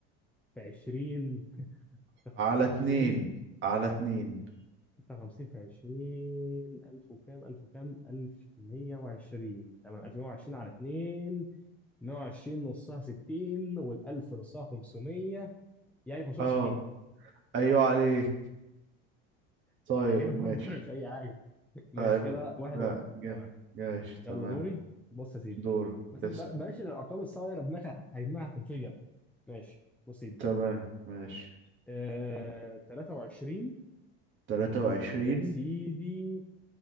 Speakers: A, in the centre; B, on the right.
A: في 20 56
B: على
A: في
B: اتنين
A: 20
B: على اتنين
A: 56 في 20 1000 وكام 1000 وكام 1120 تمام 1120 على 2 120 نصها 60 وال1000 نصها 500 يعني 560
B: اه ايوه عليك طيب
A: <laughs> عيب برضه
B: ماشي
A: أنا مش أي حاجة ماشي
B: عيب
A: كده واحد
B: لا
A: واحد
B: جا-
A: تمام
B: جاش
A: يلا
B: تمام
A: دوري بص يا سيدي
B: دور
A: بس
B: اسأل
A: بل- بلاش الارقام الصعبه دي، انا دماغي هت- هيجمعها هتنفجر ماشي بص يا سيدي
B: تمام ماشي
A: آه... 23
B: تلاتة وعشرين
A: يا سيدي